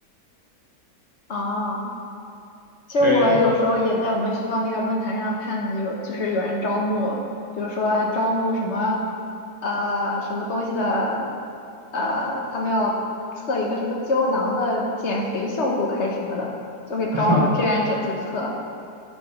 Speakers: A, on the left (about 45°); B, on the right (about 20°).
A: 哦
B: <laughs>
A: 其实我有时候也在我们学校那个论坛上看有，
B: 对，
A: 就是有人招募，比如说招募什么，呃，什么东西的，呃，他们要测一个什么胶囊的减肥效果还是什么的，就会招募志愿者去测。
B: <laughs>